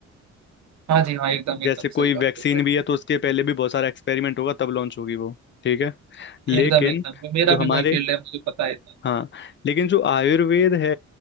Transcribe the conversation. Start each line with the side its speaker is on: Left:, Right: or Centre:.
Right: हाँ जी हाँ एकदम
Left: जैसे
Right: एकदम
Left: कोई
Right: सही बात
Left: वैक्सीन
Right: बोल रहे
Left: भी है तो उसके पहले भी बहुत सारा एक्सपेरिमेंट होगा तब लॉन्च होगी वो ठीक है लेकिन
Right: हैं एकदम एकदम मेरा
Left: जो हमारे
Right: भी वही फील्ड है मुझे पता है इतना
Left: हाँ लेकिन जो आयुर्वेद है